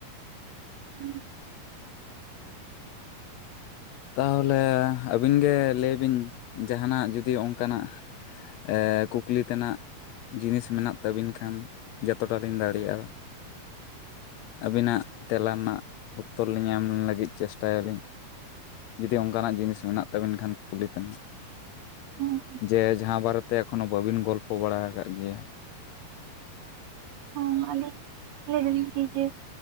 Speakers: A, on the right; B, on the left.
A: <unintelligible>
B: ᱛᱟᱦᱚᱞᱮ ᱟᱹᱵᱤᱱ ᱜᱮ ᱞᱟᱹᱭ ᱵᱤᱱ ᱡᱟᱦᱟ ᱱᱟᱜ ᱡᱩᱫᱤ ᱚᱱᱠᱟ ᱱᱟᱜ ᱮᱸ ᱠᱩᱠᱞᱤ ᱨᱮᱱᱟᱜ ᱡᱤᱱᱤᱥ ᱢᱮᱱᱟᱜ ᱛᱟᱹᱵᱤᱱ ᱠᱷᱟᱱ ᱡᱚᱛᱚᱴᱟ ᱞᱤᱧ ᱫᱟᱲᱮᱭᱟᱜᱼᱟ᱾ ᱟᱹᱵᱤ ᱱᱟᱜ ᱛᱮᱞᱟ ᱨᱮᱱᱟᱜ ᱩᱛᱚᱨ ᱞᱤᱧ ᱮᱢ ᱞᱟᱹᱜᱤᱫ ᱪᱮᱥᱴᱟᱭ ᱟᱹᱞᱤᱧ᱾ ᱡᱩᱫᱤ ᱚᱱᱠᱟ ᱱᱟᱜ ᱡᱤᱱᱤᱥ ᱢᱮᱱᱟᱜ ᱛᱟᱵᱮᱱ ᱠᱷᱟᱱ ᱠᱩᱞᱤ ᱛᱮᱱᱟᱜ
A: ᱦᱚᱸ
B: ᱡᱮ ᱡᱟᱦᱟᱸ ᱵᱟᱨᱮ ᱛᱮ ᱮᱠᱷᱚᱱᱚ ᱵᱟᱹᱵᱤᱱ ᱜᱚᱞᱯᱷᱚ ᱵᱟᱲᱟ ᱟᱠᱟᱫ ᱜᱮᱭᱟ᱾
A: ᱦᱮᱸ ᱟᱹᱞᱤᱧ ᱞᱟᱹᱭ ᱫᱟᱞᱤᱧ ᱠᱤ ᱡᱮ